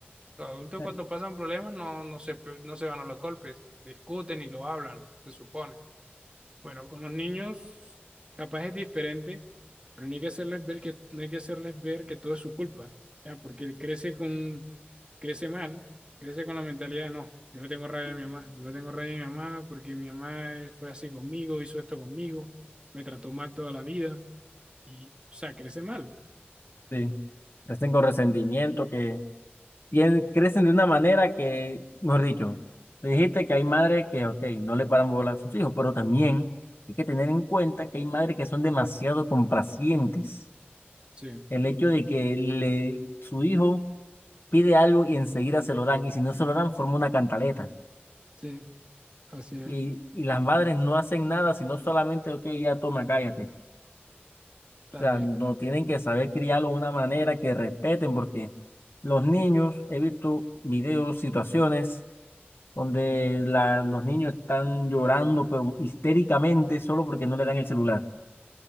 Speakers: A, on the right; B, on the left.
A: Los adultos
B: Eh,
A: cuando pasan problemas no, no se, pe- no se van a los golpes, discuten y lo hablan, se supone. Bueno, con los niños capaz es diferente, pero no hay que hacerles ver que, no hay que hacerles ver que todo es su culpa, ya, porque él crece con, crece mal, crece con la mentalidad de no, yo le tengo rabia a mi mamá, yo le tengo rabia a mi mamá porque mi mamá eh, fue así conmigo, hizo esto conmigo, me trató mal toda la vida, y, o sea, crece mal,
B: Sí. Estén con resentimiento, que tien- crecen de una manera que, mejor dicho, te dijiste que hay madres que, ok, no le paran bola a sus hijos, pero también hay que tener en cuenta que hay madres que son demasiado complacientes.
A: sí.
B: El hecho de que le, su hijo pide algo y enseguida se lo dan, y si no se lo dan, forma una cantaleta.
A: Sí, así es.
B: Y, y las madres no hacen nada, sino solamente, ok, ya toma, cállate.
A: También
B: O sea, no tienen que saber criarlo de una manera que respeten, porque los niños, he visto videos, situaciones donde la- los niños están llorando, pero histéricamente, solo porque no le dan el celular.